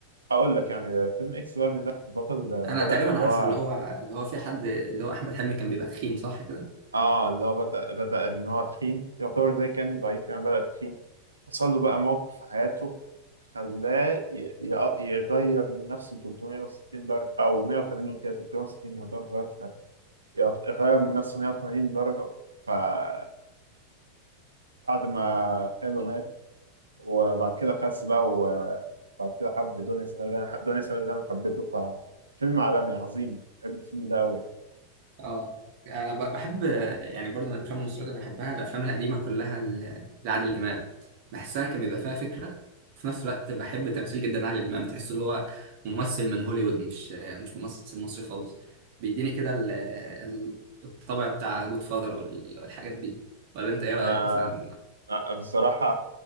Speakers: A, on the right; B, on the right.
A: أقول لك يعني آه، فيلم إكس لارج ده البطل آه،
B: انا
A: بدأ
B: تقريبا
A: اللي
B: عارف
A: هو
B: اللي هو اللي هو في حد اللي هو احمد حلمي كان بيبقى تخين صح كده
A: آه اللي هو بدأ بدأ إن هو تخين يعتبر زي كأنه ضعيف يعني بدأ تخين حصل له بقى موقف في حياته خلاه ي- ي- يغير من نفسه 360 درجة أو 180 كده 360 يعتبر غير يغ- غير من نفسه 180 درجة فبعد ما خاله مات وبعد كده خس بقى وبعد كده حب دنيا سمير غانم دنيا سمير غانم حبته ففيلم عالمي عظيم بحب الفيلم ده أوي يعني
B: اه انا ب- بحب يعني برضه من الافلام المصريه اللي بحبها الافلام القديمه كلها ل- لعادل امام بحسها كان بيبقى فيها فكره في نفس الوقت بحب تمثيل جدا عادل امام تحس اللي هو ممثل من هوليوود مش مش ممثل مصري خالص بيديني كده ال- ال- الطبع بتاع جود فاذر والحاجات دي ولا انت ايه
A: أنا
B: رايك مثلا
A: أ- بصراحة